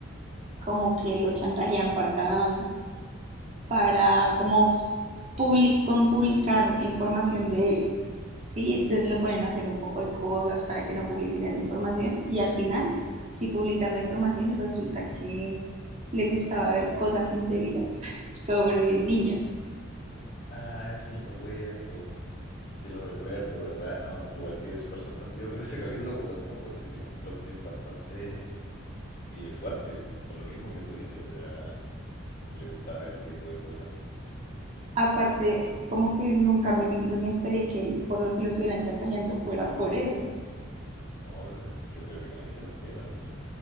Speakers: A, on the right; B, on the left.
A: como que lo chantajean para, mm, para como public- con publicar información de él, ¿sí? Entonces lo ponen a hacer un poco de cosas para que no publiquen esa información y al final sí publican la información y resulta que le gustaba ver cosas indebidas <laughs> sobre niños.
B: Ay, sí lo recuerdo, sí lo recuerdo, ¿verdad? No, yo igual quedé súper sorprendido con ese capítulo por lo mismo, porque tiene un plot twist bastante eh, fuerte, por lo mismo que tú dices, o sea, que le gustaba ver ese tipo de cosas.
A: Aparte, como que nunca me, no me esperé que por lo que lo estuvieran chantajeando fuera por eso.
B: No, desde- yo creo que nadie se los pena también.